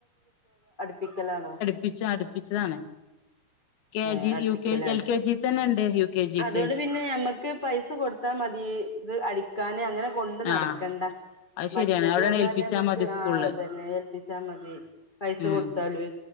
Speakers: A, on the left; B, on the left.
A: പിക്കലാണോ
B: പിച്ച അടുപ്പിച്ചതാണ് K
A: A
B: G
A: അടുപ്പിക്കലാ
B: U K എൽ കെ ജി തന്നെ ണ്ട് യു കെ ജിക്ക്.
A: അതോണ്ട് പിന്നെ നമ്മക്ക് പൈസ കൊടുത്താ മതി ഇത് അടിക്കാന് അങ്ങനെ കൊണ്ട് നടക്കണ്ട.
B: ആഹ് അത്
A: മറ്റത്റ്ഞ്ഞാല്
B: ശരിയാണ് അവിടെണ് ഏൽപ്പിച്ചാ
A: നമക്ക്
B: മതി സ്കൂളില്
A: ആഹ് തന്നെ ഏൽപ്പിച്ചാ മതി പൈസ
B: ഉം
A: കൊടുത്താലൊ